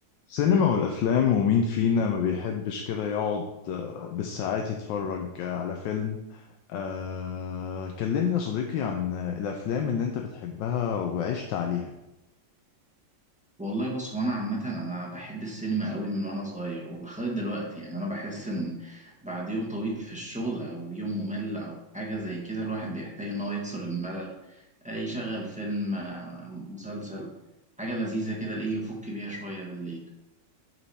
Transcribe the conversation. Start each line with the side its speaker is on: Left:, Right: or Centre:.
Left: سينما والأفلام ومين فينا ما بيحبش كده يقعد آه، بالساعات يتفرج آه، على فيلم آه، كلمني يا صديقي عن الأفلام اللي أنت بتحبها وعشت عليها
Centre: والله بص هو انا عامه انا بحب السينما قوي من وانا صغير ولغايه دلوقتي يعني انا بحس ان بعد يوم طويل في الشغل او يوم ممل او حاجه زي كده الواحد بيحتاج ان هو يكسر الملل آه، يشغل فيلم آه، مسلسل حاجه لذيذه كده ايه يفك بيها شويه بالليل